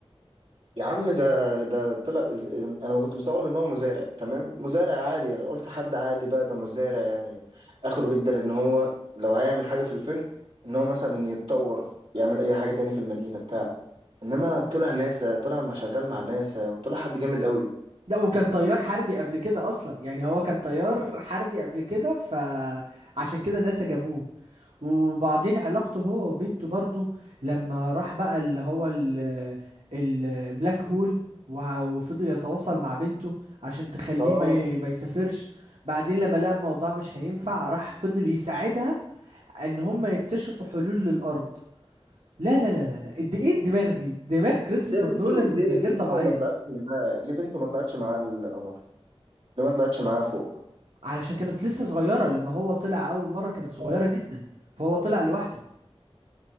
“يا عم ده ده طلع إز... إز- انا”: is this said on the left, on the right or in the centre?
Right